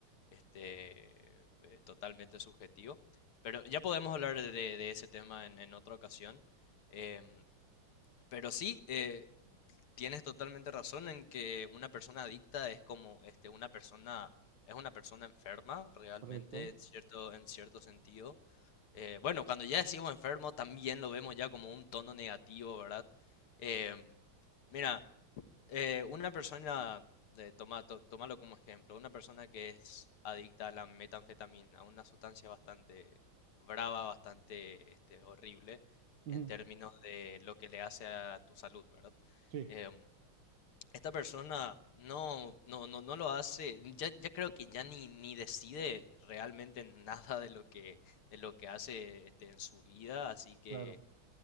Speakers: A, on the left; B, on the right.
A: este, eh, totalmente subjetivo. Pero ya podemos hablar de, de ese tema en, en otra ocasión. Em, pero sí, eh, tienes totalmente razón en que una persona adicta es como este, una persona, es una persona enferma, realmente,
B: correcto.
A: en cierto, en cierto sentido. Eh, bueno, cuando ya decimos enfermo, también lo vemos ya como un tono negativo, ¿verdad? Em, mira, eh, una persona, eh, toma, to- tómalo como ejemplo, una persona que es adicta a la metanfetamina, una sustancia bastante brava, bastante este, horrible
B: Ujú,
A: en términos de lo que le hace a tu salud, ¿verdad?
B: Sí,
A: Em, esta persona no, no, no, no lo hace, ya, ya creo que ya ni, ni decide realmente nada de lo que, de lo que hace este, en su vida, así que
B: claro.